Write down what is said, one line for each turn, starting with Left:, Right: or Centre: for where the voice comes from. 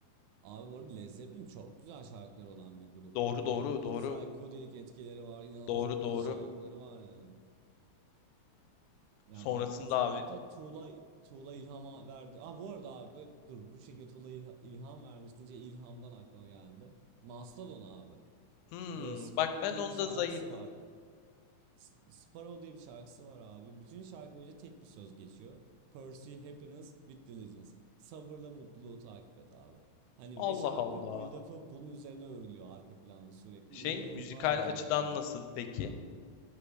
Right: Abi bu arada Led Zeppelin çok güzel şarkılar olan bir grup.
Left: Doğru
Right: İnanılmaz
Left: doğru doğru
Right: psikodelik etkileri var, inanılmaz
Left: doğru
Right: etkileyici
Left: doğru.
Right: şarkıları var yani. Yani
Left: Sonrasında
Right: baktığın zaman
Left: abi
Right: hatta Tuğla Tuğla ilhama verdi. Aa bu arada abi dur bu şekilde Tuğla ilha- ilham vermiş deyince ilhamdan aklıma geldi. Mastodon abi.
Left: hmm,
Right: Böyle Sparrow
Left: bak ben
Right: diye
Left: onda
Right: bir şarkısı
Left: zayıfım.
Right: var. S- Sparrow diye bir şarkısı var abi. Bütün şarkı boyunca tek bir söz geçiyor. Pursue happiness with diligence. Sabırla mutluluğu takip et abi. Hani
Left: Allah
Right: ve şarkı
Left: Allah.
Right: build up'ı bunun üzerine örülüyor arka planda sürekli.
Left: Şey
Right: İnanılmaz
Left: müzikal
Right: güzel
Left: açıdan
Right: bir şarkı.
Left: nasıl peki?